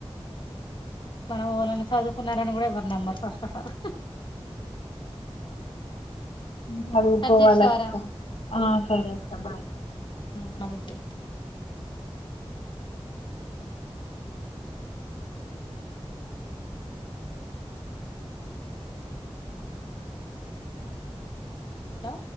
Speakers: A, on the left (about 50°); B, on the left (about 85°).
A: ఇప్పుడు మనం ఓవలన్న చదువుకున్నారని కూడా ఎవ నంబర్ ఫస్ట్ ఆఫ్ ఆల్
B: నేను చదుకోవలక్క
A: కట్ చేస్తావారా
B: ఆ సరే అక్క బాయ్
A: ఉ మళ్ళిజయి హలో